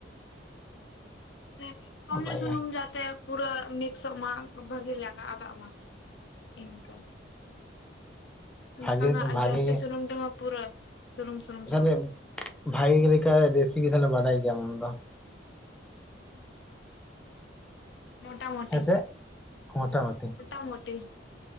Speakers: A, on the left; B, in the centre.
A: ᱢᱟᱱᱮ ᱠᱚᱢᱧᱚᱜ
B: ᱱᱟᱯᱟᱭ
A: ᱥᱩᱱᱩᱢ ᱡᱟᱛᱮ ᱯᱩᱨᱟᱹ ᱢᱤᱠᱥᱚᱜ ᱢᱟ ᱵᱷᱟᱜᱤ ᱞᱮᱠᱟ ᱟᱫᱟᱜ ᱢᱟ ᱤᱱᱠᱟᱹ᱾ ᱵᱟᱠᱷᱟᱱ
B: ᱜᱮ ᱵᱷᱟᱜᱮ
A: ᱦᱟᱜ
B: ᱵᱷᱟᱜᱮ
A: ᱡᱟᱹᱥᱛᱤ
B: ᱜᱮ
A: ᱥᱩᱱᱩᱢ ᱛᱮᱢᱟ ᱯᱩᱨᱟᱹ ᱥᱩᱱᱩᱢ, ᱥᱩᱱᱩᱢ
B: ᱛᱟᱦᱚᱞᱮ
A: ᱪᱟᱵᱟᱜ
B: ᱵᱷᱟᱜᱮ ᱞᱮᱠᱟ ᱨᱮᱥᱤᱯᱤ ᱛᱟᱦᱞᱮ ᱵᱟᱰᱟᱭ ᱜᱮᱭᱟᱢ ᱟᱢ ᱫᱚ᱾
A: ᱦᱩᱸ ᱢᱳᱴᱟ ᱢᱳᱴᱤ,
B: ᱦᱮᱸᱥᱮ ᱢᱚᱴᱟᱢᱩᱴᱤ
A: ᱢᱳᱴᱟ ᱢᱳᱴᱤ